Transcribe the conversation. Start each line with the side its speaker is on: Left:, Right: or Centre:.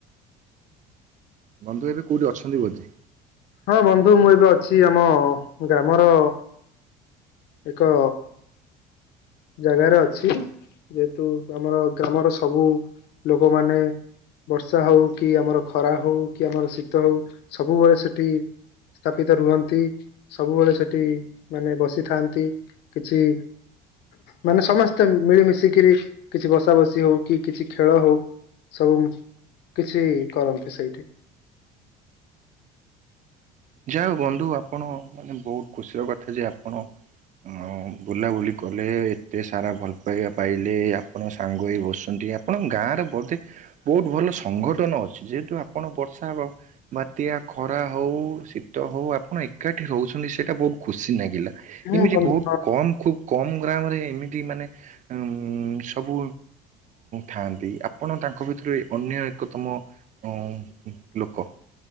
Right: ବନ୍ଧୁ ଏବେ କୋଉଠି ଅଛନ୍ତି ବୋଧେ?
Left: ହଁ ବନ୍ଧୁ ମୁଁ ଏବେ ଅଛି ଆମ ଗ୍ରାମର ଏକ ଜାଗାରେ ଅଛି ଯେହେତୁ ଆମର ଗ୍ରାମର ସବୁ ଲୋକମାନେ ବର୍ଷା ହଉ କି ଆମର ଖରା ହଉ କି ଆମର ଶୀତ ହଉ ସବୁବେଳେ ସେଠି ସ୍ଥାପିତ ରୁହନ୍ତି ସବୁବେଳେ ସେଠି ମାନେ ବସିଥାନ୍ତି। କିଛି ମାନେ ସମସ୍ତେ ମିଳିମିଶିକିରି କିଛି ବସା ବସି ହଉ କି କିଛି ଖେଳ ହଉ ସବୁ କିଛି କରନ୍ତି ସେଇଠି
Right: ଯାହା ହେଉ ବନ୍ଧୁ ଆପ ଆପଣ ମାନେ ବହୁତ ଖୁସିର କଥା ଯେ ଆପଣ ଉଁ ବୁଲାବୁଲି କଲେ ଏତେ ସାରା ଭଲ ପାଇବା ପାଇଲେ ଆପଣ ସାଙ୍ଗ ହେଇ ବସନ୍ତି ଆପଣଙ୍କ ଗାଁରେ ବୋଧେ ବହୁତ ଭଲ ସଂଗଠନ ଅଛି ଯେହେତୁ ଆପଣ ବର୍ଷା ବା ବାତ୍ୟା ଏହା ଖରା ହେଉ ଶୀତ ହେଉ ଆପଣ ଏକାଠି ରହୁଛନ୍ତି ସେଇଟା ବହୁତ ଖୁସି ଲାଗିଲା
Left: ମୁଁ
Right: ଏମିତି
Left: ବନ୍ଧୁ
Right: ବହୁତ କମ୍ ଖୁବ କମ୍ ଗ୍ରାମରେ ଏମିତି ମାନେ ଉମ ସବୁ ଥାଆନ୍ତି ଆପଣ ତା ତାଙ୍କ ଭିତରେ ଅନ୍ୟ ଏକତମ ଉମ ଲୋକ